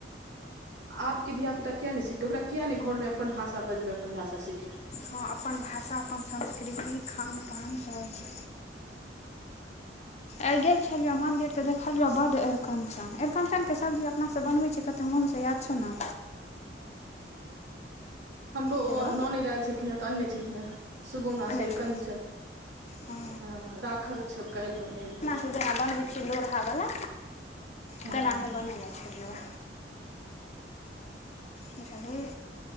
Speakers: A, on the right; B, on the left.
A: आबके धियिपुता किया नै सिखतै ओकरा किया नै घर मे अपन भाषा बजबै अपन भाषा सिखै
B: हँ अपन भाषा अपन संस्कृति खानपान सब छै
A: ह <inaudible> <inaudible>
B: आय गेल छलियो मंदिर तऽ देखलियो बड एरकंचन एरकंचन के सब्जी अ अपनासँ बनबै छियै कते मोनसँ याद छौ ने
A: हमरो ओ
B: हेलो
A: ना न देल छलखिन है तऽ अन्ने छलखिन ह सुगौना
B: एन्ने
A: सरकंचन
B: छौ हँ
A: हं राखल छ काल्हि बनेबै
B: त जेना बनबै छियै लोढ़ावला
A: हँ
B: तेनाही बनेनाइ छय जुड़ा मसल